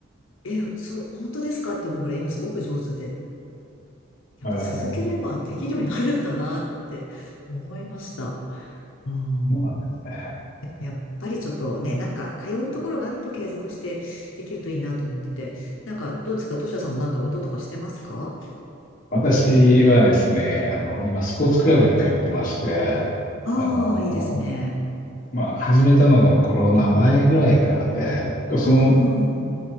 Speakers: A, on the left; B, on the left.
A: え、そう、本当ですかって思うぐらい今すごく上手で。やっぱ続ければできるようになるんだなって思いました。
B: あー
A: うん。
B: そうなんですね。
A: でもやっぱりちょっとね、なんか通うところがあると継続してできるといいなと思ってて。なんかどうですかとしやさんもなんか運動とかしてますか
B: 私はですね、あの、今、スポーツクラブに通ってまして、
A: ああー、
B: あの、
A: いいですね。
B: まあ、始めたのがコロナ前ぐらいからで、その
A: うん。うん。